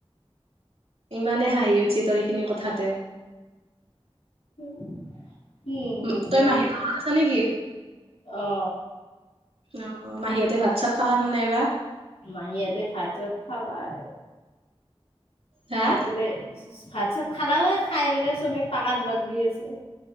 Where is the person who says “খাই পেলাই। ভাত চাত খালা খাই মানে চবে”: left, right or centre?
Left